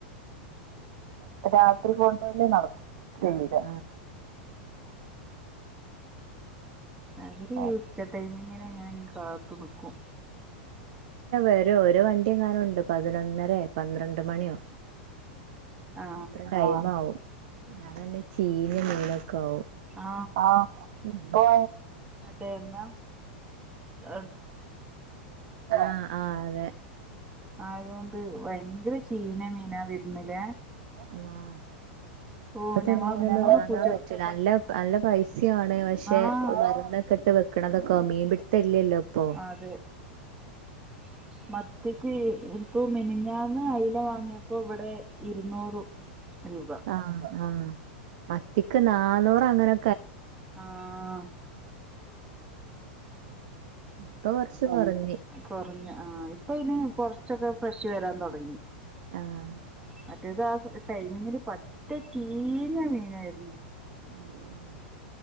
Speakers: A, on the right (about 55°); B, on the right (about 15°).
A: അപ്പ രാത്രി പോണ്ടല്ലേ നടക്കും ന്താ
B: അവര്
A: <inaudible>
B: ഈ ഉച്ച ടൈമിങ്ങിന് ഇങ്ങനെ കാത്തു നിക്കും
A: ഒരു ഒരു വണ്ടി എങ്ങാനുണ്ട് പതിനൊന്നരെ പന്ത്രണ്ട് മണിയോ
B: ആ
A: അത്ര ടൈം ആവും ന്നാ തന്നെ ചീഞ്ഞ മീന ക്കാവും
B: ആ
A: ആഹ് ഇപ്പോ
B: പിന്ന എ
A: ആഹ് ആഹ് അതെ
B: ആയതോണ്ട് ഭയങ്കര ചീന മീനാ വരുന്നില്ലേ
A: ആഹ്
B: ഓ
A: ഇപ്പത്തെ
B: ഞങ്ങളെ
A: മീനൊന്നും
B: മൂന്ന്
A: വാങ്ങാൻ
B: പൂച്ച
A: പറ്റൂല്ല നല്ല നല്ല പൈസയാണ് പക്ഷെ
B: ആഹ്
A: മരുന്ന കെട്ട് വെക്കണതൊക്കെ മീൻ പിടുത്തല്ലല്ലോ ഇപ്പൊ
B: അതെ <unintelligible> മത്തിക്ക് ഇപ്പൊ മിനിഞ്ഞാന്ന് അയില വാങ്ങിയപ്പോ ഇവിടെ ഇരുന്നൂറ് രൂപ
A: ആഹ ആഹ മത്തിക്ക് നാന്നൂർ അങ്ങനെ
B: ആഹ
A: ഇപ്പ കുറച്ച് കുറഞ്ഞു
B: കുറഞ്ഞ ആഹ ഇപ്പൊ ഇന് കൊറച്ചൊക്കെ ഫ്രഷ് വരാൻ തുടങ്ങി
A: ആഹ്
B: മറ്റേത് ആ ടൈമില് പറ്റേ ചീഞ്ഞ മീനാരുന്നു
A: ആഹ് ആഹ്